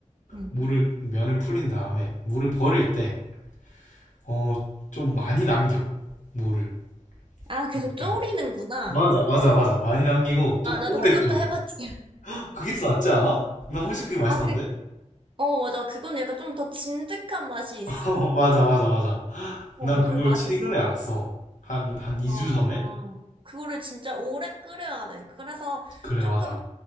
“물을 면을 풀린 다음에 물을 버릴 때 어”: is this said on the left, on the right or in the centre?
Left